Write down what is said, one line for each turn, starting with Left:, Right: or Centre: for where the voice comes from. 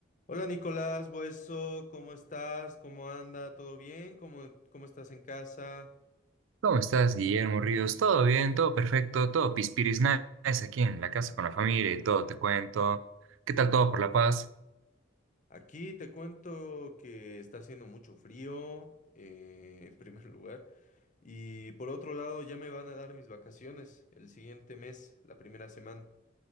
Left: Hola Nicolás, Bueso, ¿cómo estás? ¿Cómo anda? ¿Todo bien? ¿Cómo, cómo estás en casa?
Right: ¿Cómo estás, Guillermo Ríos? ¿Todo bien? ¿Todo perfecto? ¿Todo pispiris nice aquí en la casa con la familia y todo? Te cuento. ¿Qué tal todo por La Paz?
Left: Aquí te cuento que está haciendo mucho frío, eh, en primer <laughs> lugar, y por otro lado ya me van a dar mis vacaciones el siguiente mes, la primera semana.